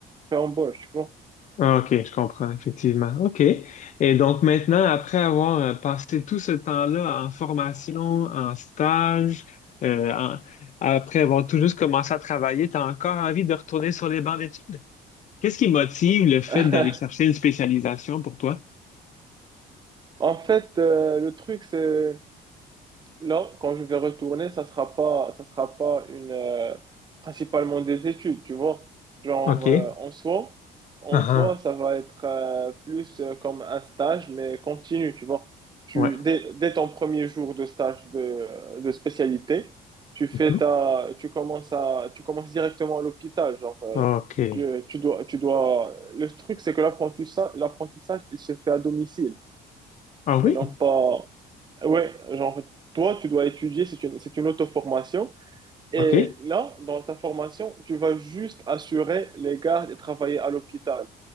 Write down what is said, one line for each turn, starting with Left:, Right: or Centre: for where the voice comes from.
Right: pré-embauche, tu vois.
Left: Ah, OK, je comprends, effectivement. OK. Et donc maintenant, après avoir euh, passé tout ce temps-là en formation, en stage, euh, en- après avoir tout juste commencé à travailler, tu as encore envie de retourner sur les bancs d'études? Qu'est-ce qui motive le fait
Right: <laughs>
Left: d'aller chercher une spécialisation pour toi?
Right: En fait, euh, le truc, c'est Là, quand je vais retourner, ça sera pas, ça sera pas une, euh, principalement des études, tu vois. Genre,
Left: OK.
Right: euh, en soi, en
Left: Ah,
Right: soi,
Left: ah,
Right: ça va être euh, plus euh, comme un stage, mais continu, tu vois. Tu,
Left: ouais.
Right: dès, dès ton premier jour de stage de, de spécialité, tu fais
Left: Mhm.
Right: ta, tu commences à, tu commences directement à l'hôpital, genre, euh,
Left: OK.
Right: tu, tu dois, tu dois, le truc, c'est que l'apprentissage, l'apprentissage, il se fait à domicile
Left: Ah oui.
Right: et non pas, Ouais, genre, toi, tu dois étudier, c'est une, c'est une auto-formation. Et
Left: OK.
Right: là, dans ta formation, tu vas juste assurer les gardes et travailler à l'hôpital.